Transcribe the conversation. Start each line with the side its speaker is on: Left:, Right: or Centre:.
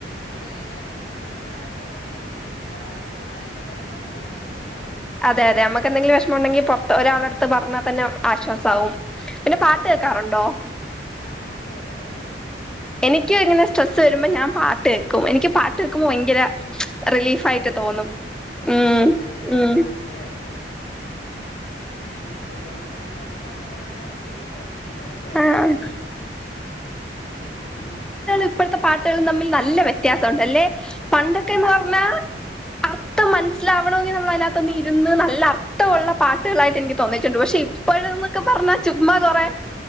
Left: അത് എങ്ങനെ മെച്ചപ്പെടുത്താ അതൊക്കെ നോക്ക് ഒരാള അടുത്ത് പറയുമ്പ തന്നെ പകുതി ആശ്വാസാവും.
Centre: അതെ അതെ നമക്ക് എന്തെങ്കിലും വിഷമം ഉണ്ടെങ്കിൽ പുറത്ത് ഒരാളെടുത്ത് പറഞ്ഞാൽ തന്നെ ആശ്വാസാവും. പിന്നെ പാട്ട് കേക്കാറുണ്ടോ?
Left: ആഹ പാട്ട് കേക്കാറുണ്ട്.
Centre: എനിക്ക് ഇങ്ങനെ സ്ട്രെസ്സ് വരുമ്പോൾ ഞാൻ പാട്ട് കേൾക്കും എനിക്ക് പാട്ട് കേൾക്കുമ്പോൾ ഭയങ്കര- റിലീഫ് ആയിട്ട്
Left: റിലാക്സ്
Centre: തോന്നും
Left: തോന്നൂല്ല
Centre: ഉം
Left: ഞാനും
Centre: ഉം
Left: പാട്ട് കേക്കും കൂടുതലും പണ്ടത്തെ പാട്ടുകളണാണ് എനിക്ക്ശ് ട്ടം ഇപ്പോഴത്തെ
Centre: ആഹ്
Left: ഒരു ദിന വെച്ച ഉ
Centre: ഇപ്പോഴത്തെ പാട്ടുകളും തമ്മിൽ നല്ല വ്യത്യാസുണ്ട് അല്ലെ പണ്ടൊക്കെന്ന്
Left: ആഹ് ഇപ്പോഴത്തെ
Centre: പറഞ്ഞാ അർഥ- മനസ്സിലാവണമെങ്കിൽ നമ്മൾ അതിനകത്ത്ന്ന് ഇരുന്ന് നല്ലർത്ഥമുള്ള പാട്ടുകളായിട്ട് എനിക്ക് തോന്നിട്ടുണ്ട് പക്ഷേ- ഇപ്പോഴ ന്നൊക്കെ പറഞ്ഞാ- ചുമ്മാ കൊറെ
Left: ഒരു